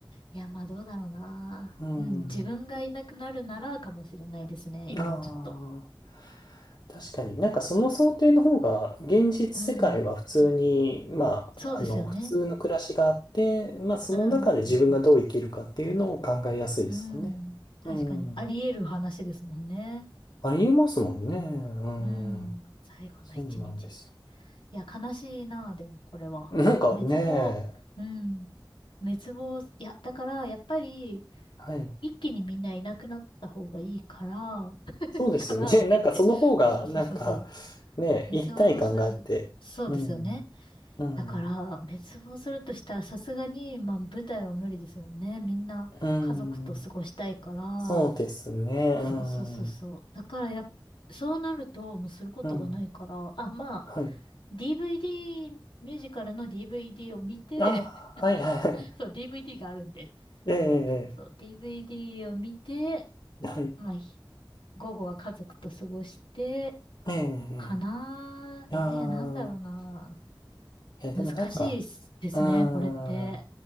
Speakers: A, on the left (about 80°); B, on the left (about 60°).
A: いや、まあどうだろうな。
B: ど。うん。
A: うん、自分がいなくなるならかもしれないですね。今はちょっと。
B: ああ。確かになんかその想定の方が現実世界は普通に、
A: うん。
B: まあ、
A: そうですよね。
B: あの普通の暮らしがあって、まあその中で自分がどう生きるかっていうのを考えやすいですもんね。
A: うんうんうん。うん。確かに。
B: うん。
A: あり得る話ですもんね。
B: ありえますもんね。うん。
A: うん。最後の一日。
B: そうなんですよ。
A: いや、悲しいな、でもこれは。
B: なんかね、
A: 滅亡、うん。滅亡、いや、だから、やっぱり、
B: はい。
A: 一気にみんないなくなった方がいいから、<laughs>
B: そうですよね。
A: からとか言って。
B: <laughs> なんかその方が、
A: そうそうそうそうそう。
B: なんかね、
A: 滅亡する。
B: 一体感があって。
A: そうですよね。
B: うん。うん。
A: だから、滅亡するとしたら、さすがに、まあ、舞台は無理ですもんね。みんな、
B: うん。
A: 家族と過ごしたいから、
B: そうですね。
A: そうそうそうそう。
B: うん。
A: だからやっ、そうなるともうすることがないから、
B: うん。
A: あ、まあ、
B: はい。
A: DVD、ミュージカルの DVD を見て、
B: あ
A: <laughs>
B: あ、はいはいはい。
A: そう、DVD があるんで。
B: え
A: そうそうそう。
B: え、
A: DVD を見て、
B: はい。
A: まあ、ひ午後は家族と過ごして、
B: え
A: かなー。ええー、
B: え、
A: なんだろうな。
B: ああいや、でもなんか、
A: 難しいっすですね、
B: うーん。
A: これって。